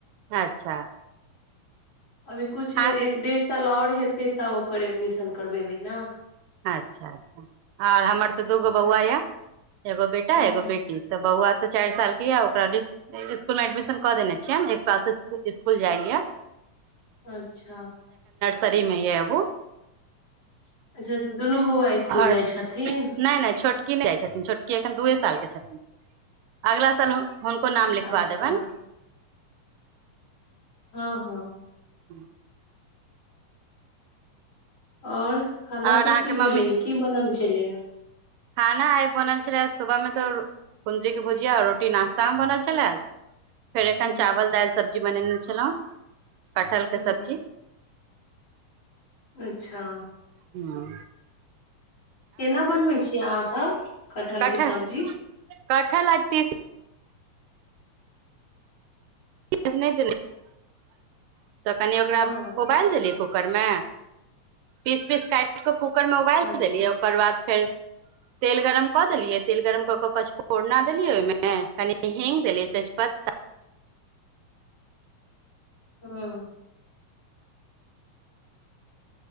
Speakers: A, on the right; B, on the left.
A: अच्छा
B: अभी कछु
A: आ
B: एक डेढ़ साल आओर हेतै तब ओकर एडमिशन करबेबै नए
A: अच्छा अच्छा आर हमर तऽ दूगो बौआ यऽ एगो बेटा
B: हूँ
A: एगो बेटी तऽ बहुआ तऽ चार साल के य ओकरा स्कूल मे एडमिशन कऽ देने छियै एक साल से स्कुल जाइये <inaudible>
B: अच्छा
A: सरीमे येहु
B: <unintelligible> स्कुल
A: ओर
B: जाइ छथिन
A: नहि नहि छोटकी नहि जाइ छथिन छोटकी एखन दूए साल के छथिन अगला साल हुनको नाम लिखबा
B: अच्छा
A: देबन
B: हाँ हाँ
A: हूँ
B: ओर खाना
A: आओर
B: सब
A: अहाँके
B: की भेलैय
A: मम्मी
B: की बनल छलैए
A: खाना आई बनल छलै सुबहमे तऽ कुंदरी के भुजिया रोटी नाश्ता मे बनल छलै फेर एखन
B: हूँ
A: चावल दाइल सब्जी बनेने छलौ कटहल
B: हूँ
A: के सब्जी
B: अच्छा
A: ह्म
B: केना बनबै छियै अहाँसब कटहलके
A: कटहल
B: सब्जी
A: कटहल आ तीसी <unintelligible> तऽ कनि ओकरा
B: हँ
A: उबाल देलियै कुकरमे पीस पीस काटकऽ कूकर मे उबालि
B: अच्छा
A: देलियै ओकर बाद फेर तेल गरम कऽ देलियै तेल गरम कऽ क पचफोरना देलियै ओहिमे कने हिंग दैलियै तेजपत्ता
B: हाँ